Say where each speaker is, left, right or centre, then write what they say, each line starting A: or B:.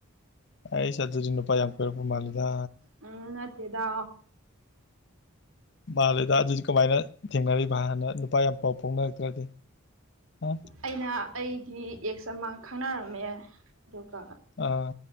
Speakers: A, on the left; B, on the right.
A: ꯑꯩꯁ ꯑꯗꯨꯖꯨ ꯅꯨꯄꯥ ꯌꯥꯝ ꯀꯣꯏꯔꯛꯄ ꯃꯥꯜꯂꯤꯗꯥ
B: ꯎꯝ ꯅꯠꯇꯦꯗ
A: ꯃꯥꯜꯂꯦꯗ ꯑꯗꯨꯗꯤ ꯀꯃꯥꯏꯅ ꯊꯦꯡꯅꯔꯤꯕ ꯍꯥꯟꯅ ꯅꯨꯄꯥ ꯌꯥꯝ ꯄꯥꯎ ꯐꯥꯎꯅꯔꯛꯇ꯭ꯔꯗꯤ ꯍꯥ
B: ꯑꯩꯅ ꯑꯩꯒꯤ ꯑꯦꯛꯁ ꯑꯃ ꯈꯪꯅꯔꯝꯃꯦ ꯑꯗꯨꯒ
A: ꯑꯥ